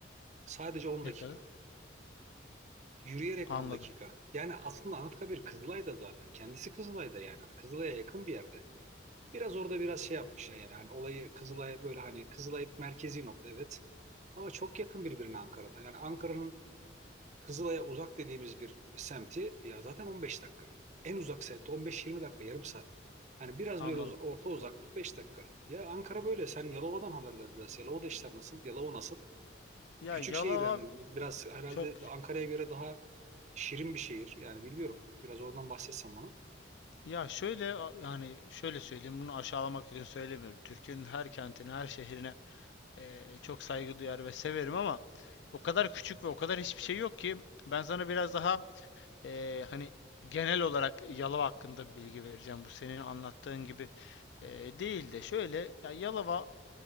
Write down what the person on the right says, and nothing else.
Sadece 10
dakika.
Yürüyerek
10 dakika. Yani aslında Anıtkabir Kızılay'da zaten. Kendisi Kızılay'da yani. Hani Kızılay'a yakın bir yerde. Biraz orada biraz şey yapmışlar yani. Hani olayı Kızılay'a böyle hani Kızılay merkezi nokta evet. Ama çok yakın birbirine Ankara'da. Yani Ankara'nın Kızılay'a uzak dediğimiz bir semti ya zaten 15 dakika. En uzak semt 15-20 dakika yarım saat. Yani biraz
böyle uz- orta uzaklık 5 dakika. Ya Ankara böyle. Sen Yalova'dan haber ver biraz. Yalova'da işler nasıl? Yalova nasıl?
Küçük
şehir yani biraz herhalde
Ankara'ya göre daha şirin bir şehir. Yani bilmiyorum. Biraz oradan bahsetsen bana.